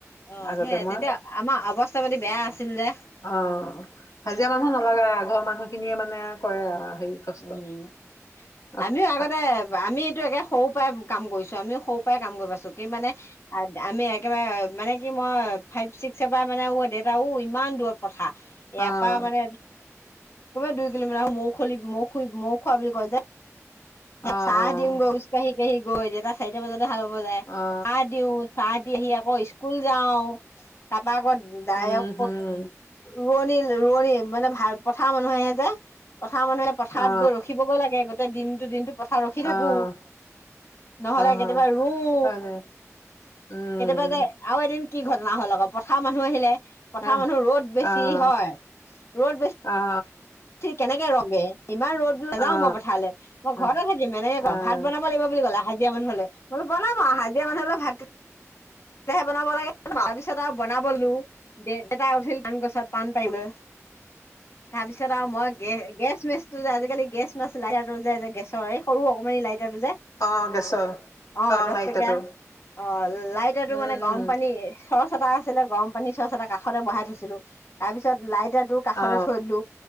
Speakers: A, on the left (about 50°); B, on the left (about 80°).
A: অ
B: আগতে
A: সেয়াই
B: মই
A: তেতিয়া আমাৰ অৱস্থা পাতি বেয়া আছিল যে।
B: অ হাজিৰা মানুহো নলগা আ ঘৰ মানুহ। খিনিয়ে মানে কৰে আৰু। হেৰি কষ্ট
A: উম।
B: অ
A: আমিও আগতে
B: অ
A: আমি একে সৰুৰ পৰাই কাম কৰিছো, আমি সৰু ই কাম কৰিবছো কি মানে আমি একেবাৰে মানে কি মই ফাইভ, ছিক্স এ পৰা মানে দেউতা ইমান দূৰত পথাৰ।
B: অ
A: এপা মানে কোনবা দুই কিলোমিটাৰ মৌ খুলি মৌ খু মৌ খোৱা বুলি কয় যে।
B: অ
A: চাহ দিওগে দিও গৈ দেতা চাৰিটা বজাত হাল বাব যায়।
B: অ
A: চাহ দিও, চাহ দি আহি আকৌ স্কুল যাওঁ। তপ বাগত দায়ক
B: উম হম
A: ৰোৱনী-ৰোৱনী মানে ভাল পথাৰ মানুহে যে? পথাৰ মানুহে পথাৰত
B: অ
A: গৈ ৰখিবগৈ লাগে। এদিন দিনটো পথাৰ ৰখি থাকো।
B: অ অ
A: নহ'লে
B: হয়
A: কেতিয়াবা ৰোও,
B: হয় দে উম
A: কেতিয়াবা যে আৰু এদিন কি ঘটনা হল আকো পথাৰ মানুহ আহিলে
B: আহ
A: পথা মানুহ ৰ'দ বেছি
B: আহ অ
A: হয়। ৰ'দ বেছি
B: অ
A: সি কেনেকে ৰখে? ইমান ৰ'দ নাযাও
B: অ
A: মই পথাৰলৈ মই ঘৰতে
B: অ
A: থাকিম এনেকে কওঁ,
B: আহ
A: ভাত বনাব লাগিব বুলি ক'লে হাজিৰা মানুহলে ম বনাবা হাজৰা মানুহলে ভাত কেহে বনাব লাগে <unintelligible> পিছত আৰু বনাবলৈ লো দে দেতাই উঠিল পান গছত পাণ পাৰিললৈ। তাৰ পিছত আৰু মই গে-গেছ মেচ আজিকালি গেছ নাই <unintelligible> যে গেছৰ এই সৰু অকমান লাইট যে?
B: অ গেছৰ
A: অহ
B: অ
A: দহ
B: লাইটাৰটো
A: টকীয়া, অ লাইট টো
B: উম
A: মানে গৰম
B: উম
A: পানী চচ এটা আছিলে গৰম পানী চচ এটা কাষতে বহাই থৈছিলো, তাৰ পিছত লাইট এতিয়া তোৰ কাষতে
B: অ
A: থৈ দিলোঁ।